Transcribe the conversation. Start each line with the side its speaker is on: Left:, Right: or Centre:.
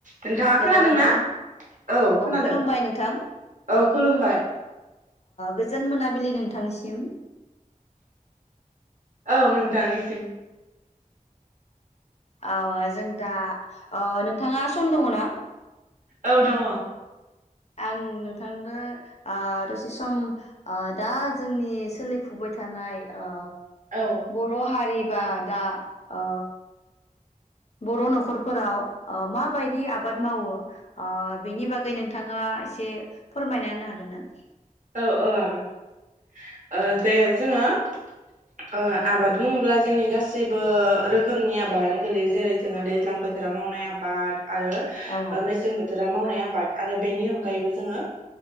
Right: नोंथाङा
Left: हेलौ
Right: खोनादोंना
Left: नोंथां
Right: औ खोनादों
Left: खुलुमबाय नोंथां
Right: औ खुलुमबाय।
Left: गोजोन मोनाबिलि नोंथांनिसिम।
Right: औ नोंथांनिसिम
Left: अ जों दा अ नोंथाङा सम दङ ना?
Right: औ दङ।
Left: आं नोंथांदो ओ दसे सम ओ दा जोंनि सोलिफुबाय थानाय ओ
Right: औ
Left: बर' हारि बा दा ओ बर' न'खरफोराव ओ माबायदि आबाद मावो बेनि बागै नोंथाङा । एसे फोरमायना होनो हागोन ना?
Right: औ औ हागोन दे जोङो । ओ आबाद बुङोब्ला जोंनि गासैबो रोखोमनि आबादानो गोलैयो जेरै जोङो दैज्लां बोथोराव मावनाय आबाद। आरो
Left: औ
Right: मेसें बोथोर । राव मावनाय आबाद आरो बेनि अनगायैबो जोङो।